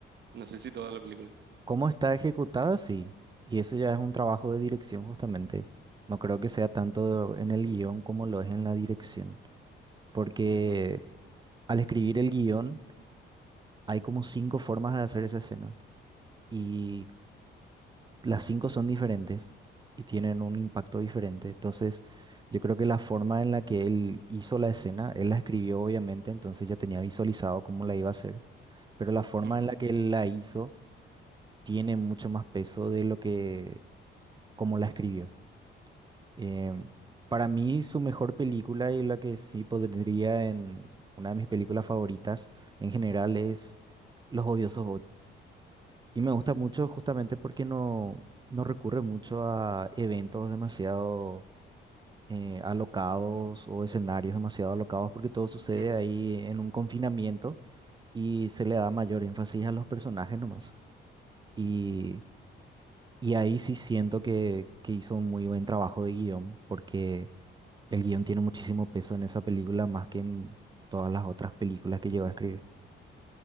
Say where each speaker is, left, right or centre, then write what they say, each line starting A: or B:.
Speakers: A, on the right (about 60°); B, on the right (about 20°).
A: no sé si toda la película.
B: ¿Cómo está ejecutada? Sí. Y eso ya es un trabajo de dirección justamente. No creo que sea tanto en el guión como lo es en la dirección. Porque
A: Ujú,
B: al escribir el guión, Hay como cinco formas de hacer esa escena y las cinco son diferentes y tienen un impacto diferente. Entonces, yo creo que la forma en la que él hizo la escena, él la escribió obviamente, entonces ya tenía visualizado cómo la iba a hacer, pero la forma
A: ujú,
B: en la que él la hizo tiene mucho más peso de lo que como la escribió. Em, para mí, su mejor película y la que sí podría en una de mis películas favoritas en general es Los Odiosos Y me gusta mucho justamente porque no, no recurre mucho a eventos demasiado eh, alocados o escenarios demasiado alocados porque todo sucede
A: ujú.
B: ahí en un confinamiento y se le da mayor énfasis a los personajes nomás. Y, y ahí sí siento que, que hizo un muy buen trabajo de guión porque el guión tiene muchísimo peso en esa película más que en todas las otras películas que llegó a escribir.